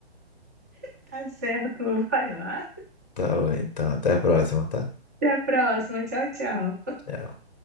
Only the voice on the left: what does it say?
Tá bom, então até a próxima, tá?
Tchau.